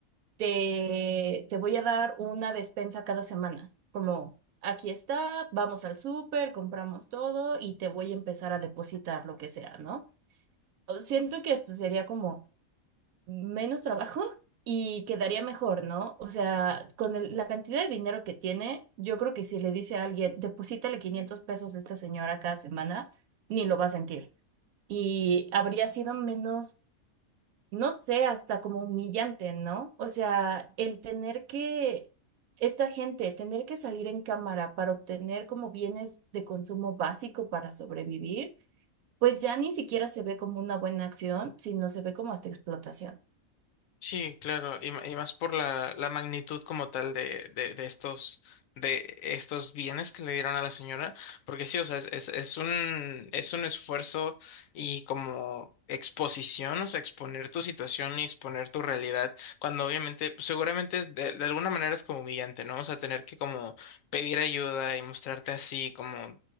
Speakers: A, on the right (about 80°); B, on the left (about 75°).
A: te, te voy a dar una despensa cada semana? Como, aquí está, vamos al súper, compramos todo y te voy a empezar a depositar lo que sea, ¿no? O Siento que esto sería como menos trabajo <laughs> y quedaría mejor, ¿no? O sea, con el- la cantidad de dinero que tiene, yo creo que si le dice a alguien, deposítale 500 pesos a esta señora cada semana, ni lo va a sentir. Y habría sido menos, no sé, hasta como humillante, ¿no? O sea, el tener que, esta gente, tener que salir en cámara para obtener como bienes de consumo básico para sobrevivir, pues ya ni siquiera se ve como una buena acción, sino se ve como hasta explotación.
B: Sí, claro, y, ma- y más por la, la magnitud como tal de, de, de estos de estos bienes que le dieron a la señora, porque sí, o sea, es, es, es un es un esfuerzo y como exposición, o sea, exponer tu situación y exponer tu realidad, cuando obviamente, pues, seguramente es de, de alguna manera es como humillante, ¿no? O sea, tener que como pedir ayuda y mostrarte así como